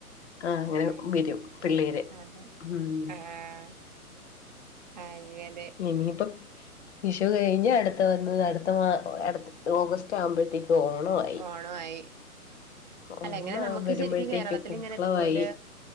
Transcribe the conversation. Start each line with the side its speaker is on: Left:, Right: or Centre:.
Left: ആ അങ്ങനെ
Right: ആഹ്
Left: വരും പിള്ളേര്
Right: അതെ
Left: ഉം
Right: ആഹ് അങ്ങനെ
Left: ഇനിയിപ്പം വിഷു കഴിഞ്ഞ് അടുത്ത വന്ന് അടുത്ത മാ അടുത്ത ഓഗസ്റ്റ് ആവുമ്പഴത്തേക്കും ഓണവാവും
Right: ഓണവായി അല്ല
Left: ഓണ
Right: ഇങ്ങനെ നമുക്ക്
Left: വരുമ്പോഴത്തേക്ക്
Right: ശരിക്കും കേരളത്തിലിങ്ങനെ
Left: പൂക്കളമായി
Right: ഇതുപോലെ